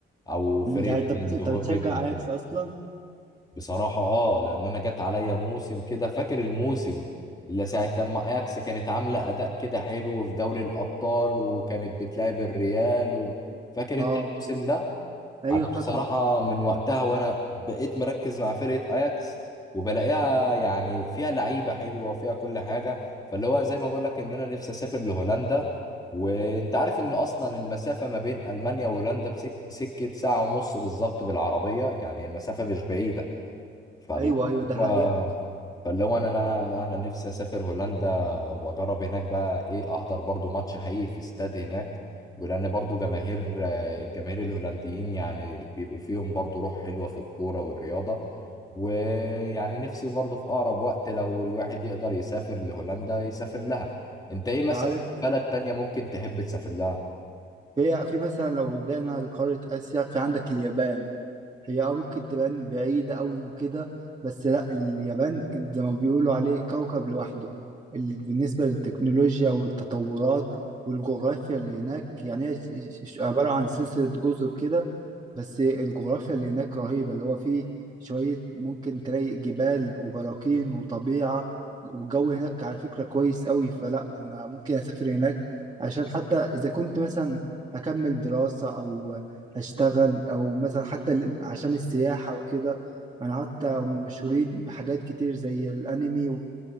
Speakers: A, on the left; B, on the right.
A: او فرقه
B: مم، يعني انت بت-
A: ايندهوفن
B: انت بتشجع
A: او
B: اياكس
A: كده
B: اصلا
A: بصراحه اه لان انا جت عليا موسم كده فاكر الموسم اللي ساعه لما اياكس كانت عامله اداء كده حلو في دوري الابطال وكانت بتلعب الريال و... فاكر
B: اه
A: انت الموسم ده
B: ايوه
A: انا بصراحه
B: فاكره
A: من وقتها وانا بقيت مركز مع فرقه اياكس وبلاقيها يعني فيها لعيبه حلوه وفيها كل حاجه فاللي هو زي ما بقول لك ان انا نفسي اسافر لهولندا وانت عارف ان اصلا المسافه ما بين المانيا وهولندا بسك... سكه ساعه ونص بالظبط بالعربيه يعني المسافه مش بعيده فاللي
B: ايوه ايوه ده
A: هو
B: حقيقة
A: فاللي هو انا انا انا أنا نفسي اسافر هولندا واجرب هناك بقى ايه احضر برضو ماتش حقيقي في استاد هناك ولان برضو جماهير آه، الجماهير الهولنديين يعني بيبقوا فيهم برضو روح حلوة في الكورة والرياضة ويعني نفسي برضو في اقرب وقت لو الواحد يقدر يسافر لهولندا يسافر لها انت ايه مثلا
B: انت عارف
A: بلد تانية ممكن تحب تسافر لها
B: هي في مثلا لو جينا لقارة آسيا في عندك اليابان هي اه ممكن تبان بعيدة أوي وكده بس لا اليابان زي ما بيقولوا عليه كوكب لوحده ال- بالنسبة للتكنولوجيا والتطورات والجغرافيا اللي هناك يعني هي ش- ش- عبارة عن سلسلة جزر كده بس الجغرافيا اللي هناك رهيبة اللي هو فيه شوية ممكن تلاقي جبال وبراكين وطبيعة والجو هناك على فكرة كويس قوي فلا أنا ممكن أسافر هناك عشان حتى إذا كنت مثلا هكمل دراسة أو هشتغل أو مثلا حتى ل- عشان السياحة وكده أنا حتى هم مشهورين بحاجات كتير زي الأنمي